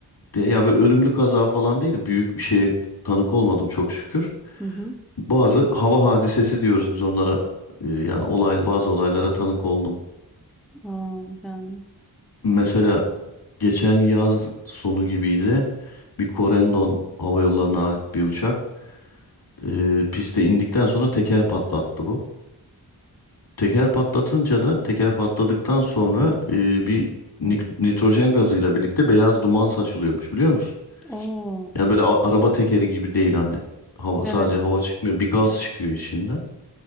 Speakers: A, on the left (about 75°); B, in the centre.
A: diye ya böyle ölümlü kaza falan değil de büyük bir şeye tanık olmadım çok şükür.
B: Hı hı.
A: Bazı hava hadisesi diyoruz biz onlara. Ee, Yani olaylı bazı olaylara tanık oldum.
B: Aa, yani
A: Mesela
B: çok.
A: geçen yaz sonu gibiydi. Bir Corendon Hava Yolları'na ait bir uçak. Ee, piste indikten sonra teker patlattı bu. Teker patlatınca da teker patladıktan sonra e, bir nik- nitrojen gazıyla birlikte beyaz duman saçılıyormuş biliyor musun?
B: Oo,
A: Yani böyle a- araba tekeri gibi değil hani hava,
B: evet.
A: sadece hava çıkmıyor bir gaz çıkıyor içinden.